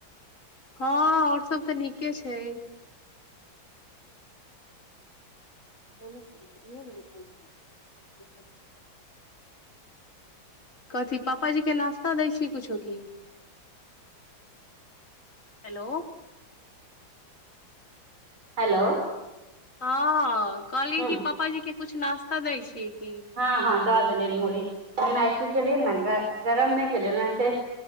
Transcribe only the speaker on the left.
हँ आओर सभ त नीके छै ओनो कर इहो गेल कोन होल <unintelligible> कथी पापाजी के नाश्ता दै छी कुछो की हेलो
हाँ कहली
कि पापा जी के कुछ नास्ता दै छियै की